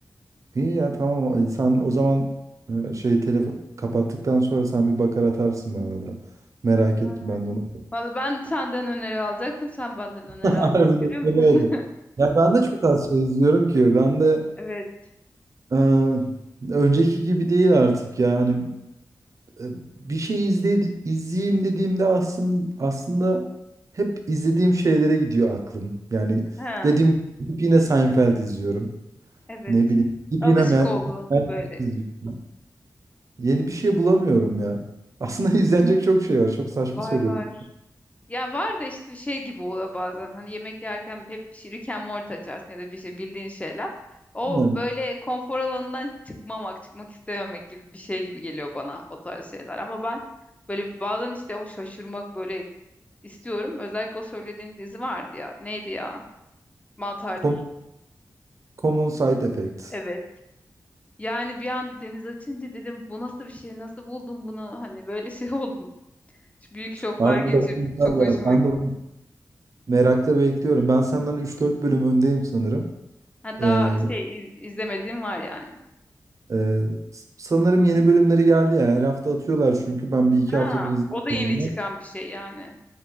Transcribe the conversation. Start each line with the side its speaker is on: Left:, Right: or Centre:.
Right: İyi ya tamam. Sen o zaman e, şey telefon kapattıktan sonra sen bir bakar atarsın bana da. Merak
Left: Aynen.
Right: ettim ben de onu.
Left: Vallahi ben senden öneri alacaktım. Sen benden
Right: <laughs>
Left: öneri aldın.
Right: Harbiden
Left: Bak görüyor musun?
Right: böyle oldu. Ya ben de çok az şey izliyorum ki. Ben de
Left: <laughs> Evet.
Right: e, önceki gibi değil artık ya. Hani e, bir şey izledi, izleyeyim dediğimde aslında aslında hep izlediğim şeylere gidiyor aklım. Yani
Left: He.
Right: dediğim gibi gidip yine Seinfeld izliyorum.
Left: Evet.
Right: Ne bileyim gidip
Left: Alışık
Right: yine Mer-
Left: olduğun
Right: Matrix
Left: böyle
Right: izliyorum. Yeni bir şey bulamıyorum ya. Aslında <laughs> izlenecek çok şey var. Çok saçma
Left: var
Right: söylüyorum.
Left: var. Ya var da işte şey gibi oluyor bazen. Hani yemek yerken hep bir şey Rick and Morty açarsın ya da bir şey bildiğin şeyler. O
Right: Aynen.
Left: böyle konfor alanından çıkmamak, çıkmak istememek gibi bir şey gibi geliyor bana o tarz şeyler. Ama ben böyle bazen işte o şaşırmak böyle istiyorum. Özellikle o söylediğin dizi vardı ya. Neydi ya? Mantar.
Right: Com- Common Side Effects.
Left: Evet. Yani bir anda deniz açınca dedim bu nasıl bir şey? Nasıl buldun bunu? Hani böyle şey <laughs> oldum. Büyük şoklar
Right: Harbiden
Left: geçirdim.
Right: güzel
Left: Çok
Right: ya.
Left: hoşuma
Right: Ben
Left: gitti.
Right: de onu merakla bekliyorum. Ben senden üç dört bölüm öndeyim sanırım.
Left: Ha, daha
Right: Ee,
Left: şey iz- izlemediğim var yani.
Right: Ee, sanırım yeni bölümleri geldi ya. Her hafta atıyorlar çünkü ben bir iki
Left: Ha,
Right: haftadır izliyorum
Left: o da yeni çıkan
Right: onu.
Left: bir şey yani.